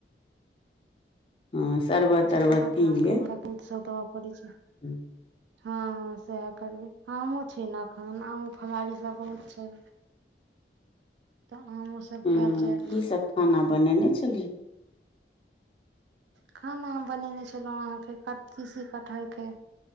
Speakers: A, on the left; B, on the right.
A: हाँ शरबत-तरबत
B: बाबूजी खाना
A: पी
B: तहन
A: लेब।
B: करबै <unintelligible> छै।
A: ह्म्म।
B: हाँ-हाँ सहाए करबै, कामो छै ना खाना मे फलहारी सब बहुत छै। तऽ आमो सब
A: हाँ
B: खायल जायत
A: की सब खाना बनैने छली।
B: खाना हम बनैने छलौ अहाँ के क टी सी कटहर के